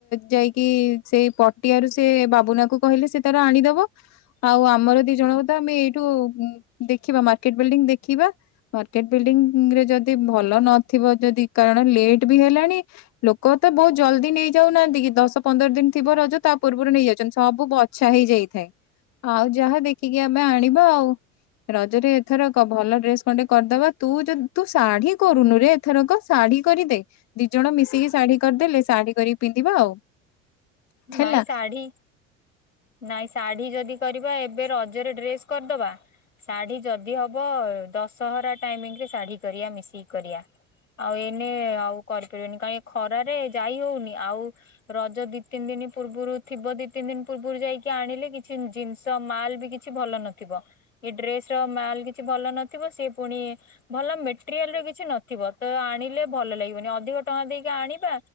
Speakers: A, on the left (about 45°); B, on the left (about 80°).
A: ଯାଇକି ସେଇ ପଟିଆରୁ ସେ ବାବୁନା କ କହିଲେ ସେ ତାର ଆଣି ଦେବ। ଆଉ ଆମର ଦି ଜଣ କ ତ ଆମେ ଏଇଠୁ ଦେଖିବା ମାର୍କେଟ ବିଲ୍ଡିଙ୍ଗ ଦେଖିବା ମାର୍କେଟ ବିଲ୍ଡିଙ୍ଗ ରେ ଯଦି ଭଲ ନଥିବ ଯଦି କାରଣ ଲେଟ୍ ବି ହେଲାଣି ଲୋକ ତ ବହୁତ ଜଲଦି ନେଇଯାଉନାହାନ୍ତି କି ଦଶ ପନ୍ଦର ଦିନ ଥିବ ରଜ ତା ତା ପୂର୍ବରୁ ନେଇଯାଉଛନ୍ତି ସବୁ ବଛା ହେଇଯାଇଥାଏ ଆଉ ଯାହା ଦେଖିକି ଆମେ ଆଣିବା ଆଉ। ରଜରେ ଏଥରକ ଭଲ ଡ୍ରେସ କଣ୍ଡେ କରିଦବା ତୁ ଯଦି ତୁ ଶାଢୀ କରୁନୁ ରେ ଏଥରକ? ଶାଢୀ କରିଦେ ଦି ଜଣ ମିଶିକି ଶାଢୀ କରିଦେଲେ ଶାଢୀ କରିକି ପିନ୍ଧିବା ଆଉ। ହେଲା।
B: ନାଇ ଶାଢ଼ୀ ନାଇଁ ଶାଢୀ ଯଦି କରିବା ଏବେ ରଜରେ ଡ୍ରେସ୍ କରିଦବା? ଶାଢୀ ଯଦି ହବ ଦଶହରା ଟାଇମିଂ ରେ ଶାଢୀ କରିବା ମିଶିକି କରିବା। ଆଉ ଏଇନେ ଆଉ କରିପାରିବନି କାହିଁ ଖରାରେ ଯାଇ ହଉନି ଆଉ ରଜ ଦି ଦି ତିନି ଦିନ ପୂର୍ବରୁ ଥିବ ଦି ତିନି ଦିନ ପୂର୍ବରୁ ଯାଇକି ଆଣିଲେ କିଛି ଜିନିଷ ମାଲ ବି କିଛି ଭଲ ନଥିବ। ଥିବ ଏ ଡ୍ରେସ ର ମାଲ କିଛି ଭଲ ନଥିବ ସେ ପୁଣି ଭଲ ମେଟେରିଆଲ ର କିଛି ନଥିବ ତ ଆଣିଲେ ଭଲ ଲାଗିବନି ଅଧିକ ଟଙ୍କା ଦେଇକି ଆଣିବା